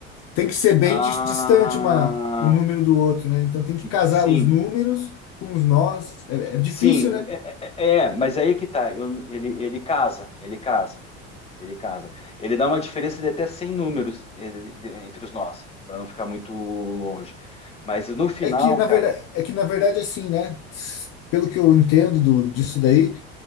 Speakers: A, on the left; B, on the left.
A: Tem que ser bem
B: Ah,
A: dis- distante uma, um número do outro, né? Então tem que casar
B: sim,
A: os números com os nós. É, é difícil,
B: sim,
A: né?
B: é, é, é, mas aí é que tá, eu- ele, ele casa, ele casa. Ele casa. Ele dá uma diferença de até 100 números eh, de- entre os nós, para não ficar muito longe. Mas no final,
A: É que na
B: cara,
A: verdade, é que na verdade assim, né? S- Pelo que eu entendo do, disso daí,